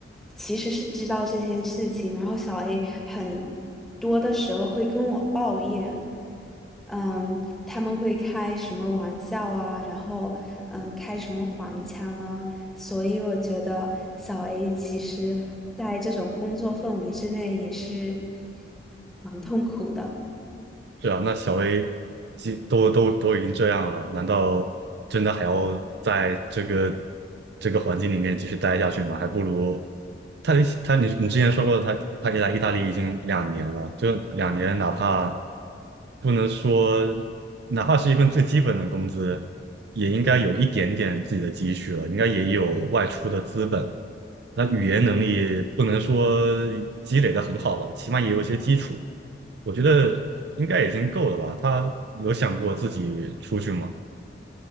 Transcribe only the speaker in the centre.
其实是知道这件事情，然后小 A 很多的时候会跟我抱怨，嗯，他们会开什么玩笑啊，然后嗯，开什么黄腔啊，所以我觉得小 A 其实在这种工作氛围之内也是蛮痛苦的。